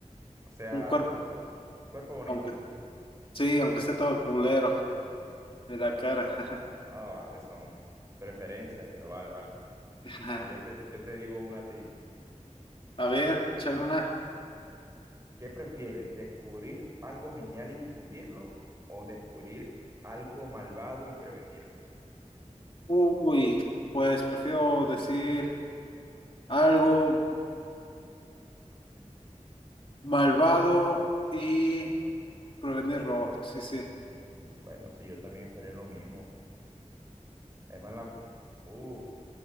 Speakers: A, on the right; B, on the left.
A: O sea,
B: Un cuerpo,
A: un cuerpo bonito.
B: aunque sí, aunque esté todo culero de la cara.
A: Ah, vale, son preferencias, pero vale, vale.
B: <laughs>
A: Dale, yo te, yo te digo una a ti.
B: A ver, échame una.
A: ¿Qué prefieres? ¿Descubrir algo genial y difundirlo o descubrir algo malvado y prevenirlo?
B: Uy, pues prefiero decir algo malvado y Prevenir
A: Y pre-
B: robo, sí, sí.
A: mm, bueno, sí, yo también estaría en lo mismo. Además, la... Uf,